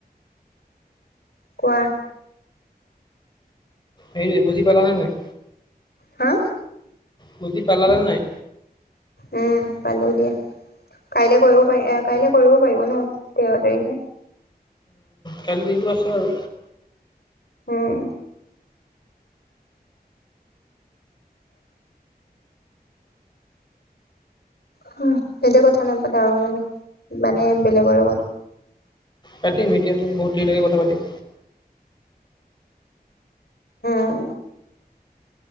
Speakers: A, on the left (about 75°); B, on the left (about 25°).
A: কোৱা।
B: হেৰি, বুজি পালানে নাই?
A: হা?
B: বুজি পালা নে নাই?
A: উম', পালো দিয়া। কাইলে কৰিব পাৰি, এ' কাইলে কৰিব পাৰিব ন? তেৰ তাৰিখে?
B: কাইলে দিনটো আছে আৰু।
A: উম'। হম এতিয়া কথা নাপাতা আৰু মানে, মানে বেলেগৰ লগত।
B: পাতিম এতিয়াটো বহুত দেৰিলৈকে কথা পাতিম।
A: হুম।